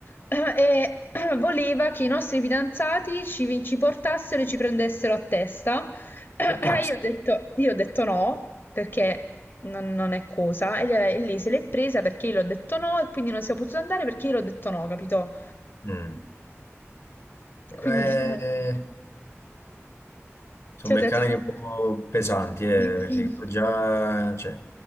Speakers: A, on the left; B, on the left.
A: eh, e <clears throat> voleva che i nostri fidanzati ci, vi- ci portassero e ci prendessero a testa. <clears throat> Eh,
B: Taxi.
A: Io ho detto, io ho detto no, perché non, non è cosa. E lei, e lei se l'è presa perché io l'ho detto no, e quindi non siamo potuti andare perché io l'ho detto no, capito?
B: Mm.
A: Quindi
B: Beh,
A: diciamo,
B: sono
A: ti ho
B: meccaniche
A: detto sono
B: un po' pesanti, eh,
A: <clears throat>
B: perché già, cioè,